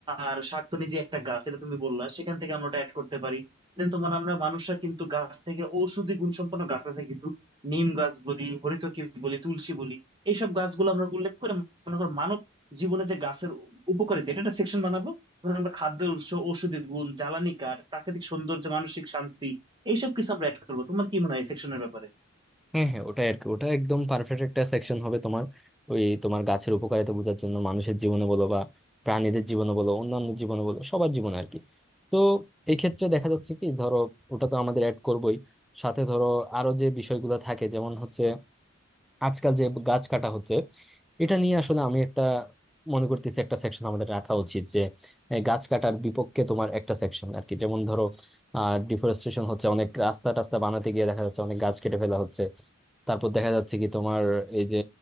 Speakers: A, on the right; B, in the centre.
A: আর শাক তো নিজে একটা গাছ এটা তুমি বললা সেখান থেকে আমরা ওটা অ্যাড করতে পারি দেন তোমার আমরা মানুষরা কিন্তু গাছ থেকে ঔষধি গুণসম্পন্ন গাছ আছে কিছু নিম গাছ বলি হরিতকি বলি তুলসী বলি এইসব গাছগুলো আমরা উল্লেখ করে মনে করো মানব জীবনে যে গাছের উপকারিতা এটা একটা সেকশন বানাবো ধর আমরা খাদ্যের উৎস ঔষধি গুণ জ্বালানি কাঠ প্রাকৃতিক সৌন্দর্য মানসিক শান্তি এইসব কিছু আমরা অ্যাড করবো তোমার কি মনে হয় সেকশনের ব্যাপারে
B: হ্যাঁ হ্যাঁ ওটাই আর কি ওটা একদম পারফেক্ট একটা সেকশন হবে তোমার ওই তোমার গাছের উপকারিতা বোঝার জন্য মানুষের জীবনে বলো বা প্রাণীদের জীবনে বলো অন্যান্য জীবনে বলো সবার জীবনে আর কি তো এই ক্ষেত্রে দেখা যাচ্ছে কি ধরো ওটা তো আমাদের অ্যাড করবোই সাথে ধরো আরো যে বিষয়গুলো থাকে যেমন হচ্ছে আজকাল যে গাছ কাটা হচ্ছে এটা নিয়ে আসলে আমি একটা মনে করতেছি একটা সেকশন আমাদের রাখা উচিত যে এই গাছ কাটার বিপক্ষে তোমার একটা সেকশন আর কি যেমন ধরো আহ ডিফরেস্টেশন হচ্ছে অনেক রাস্তা টাস্তা বানাতে গিয়ে দেখা যাচ্ছে অনেক গাছ কেটে ফেলা হচ্ছে তারপর দেখা যাচ্ছে কি তোমার এই যে